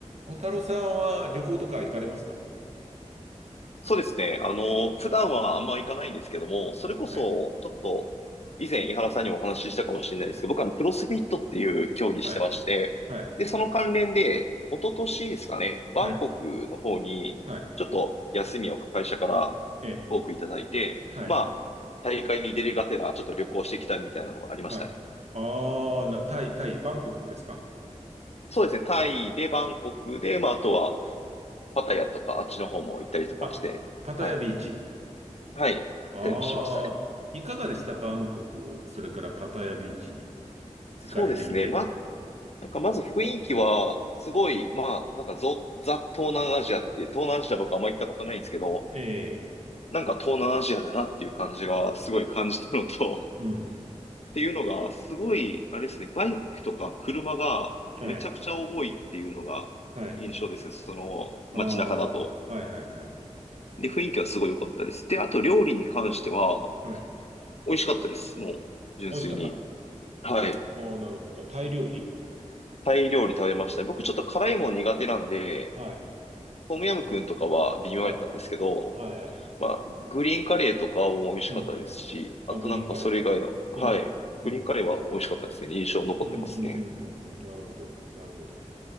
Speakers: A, on the right; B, on the left.
A: 小太郎さんは旅行とか行かれますか
B: そうですね。あの、普段はあんま行かないんですけども、それこそ、
A: はい、
B: ちょっと、以前、井原さんにもお話ししたかもしれないですけど、僕はあの、クロスフィットっていう競技してまして、
A: はい、はい、
B: で、その関連で、一昨年ですかね、バンコクの方に、
A: はい、はい、
B: ちょっと休みを会社から
A: ええ、
B: 多くいただいて、
A: はい、
B: まあ、大会に出るがてら、ちょっと旅行してきたみたいなのがありましたね。
A: はい。ああ、な、タイ、タイ、バンコクですか
B: そうですね。タイで、バンコクで、まあ、あとは、パタヤとか、あっちの方も行ったりとかして、
A: あ、パタヤビーチ。
B: はい。はい。行ったりもしましたね。
A: ああ、いかがでしたバンコク、それからパタヤビーチ、
B: そうですね。
A: 行かれてみて。
B: まなんかまず雰囲気は、すごい、まあ、なんかぞザ・東南アジアっていう、東南アジア僕あんま行ったことないんですけど、
A: ええ、
B: なんか東南アジアだなっていう感じがすごい感じたのと、
A: うん。
B: <laughs> っていうのが、すごい、あれですね、バイクとか車がめちゃくちゃ多いっていうのが印象ですね、
A: はい、はい。
B: その街中だと。
A: ああ、はい、はい、はい。
B: で、雰囲気はすごい良かったです。で、あと料理に関しては、
A: はい。
B: 美味しかったです、もう、純粋に。
A: 美味しかった。ああ、
B: はい。
A: なるほど。タイ料理
B: タイ料理食べました。僕ちょっと辛いもん苦手なんで、
A: はい、
B: トムヤムクンとかは微妙やったんですけど、
A: はい、はい、はい。
B: まあ、グリーンカレーとかも美味しかったですし、
A: うん。あ、
B: あとなんかそれ以外の、
A: グリーンカレ
B: はい。
A: ー。うん。うん
B: グリーンカレーは美味しかったですね。印象残ってますね。
A: うんうんうんうんうん。なるほど。なるほど。